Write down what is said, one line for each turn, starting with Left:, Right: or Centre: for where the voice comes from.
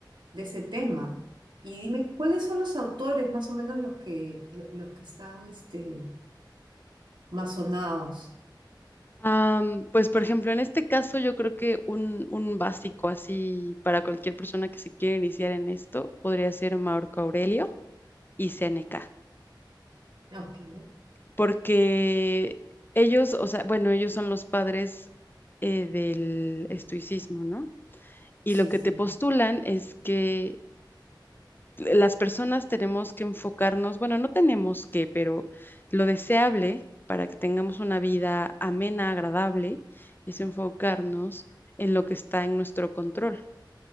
Right: de ese tema. Y dime, ¿cuáles son los autores más o menos los que, lo- los que están este, más sonados?
Left: am, pues por ejemplo, en este caso yo creo que un, un básico así para cualquier persona que se quiera iniciar en esto podría ser Marco Aurelio y Seneca.
Right: Ok,
Left: porque ellos, o sea, bueno, ellos son los padres eh, del estoicismo, ¿no? Y
Right: sí,
Left: lo que
Right: sí.
Left: te postulan es que las personas tenemos que enfocarnos, bueno, no tenemos que, pero lo deseable para que tengamos una vida amena, agradable, es enfocarnos en lo que está en nuestro control.